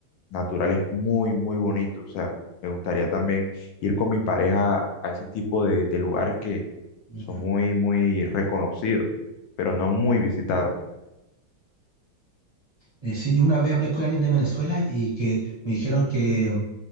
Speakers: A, on the left (about 80°); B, on the right (about 30°).
A: naturales muy, muy bonitos, o sea, me gustaría también ir con mi pareja a ese tipo de, de lugares que
B: mm.
A: son muy, muy reconocidos, pero no muy visitados.
B: Eh, sí, una vez hablé con alguien de Venezuela y que me dijeron que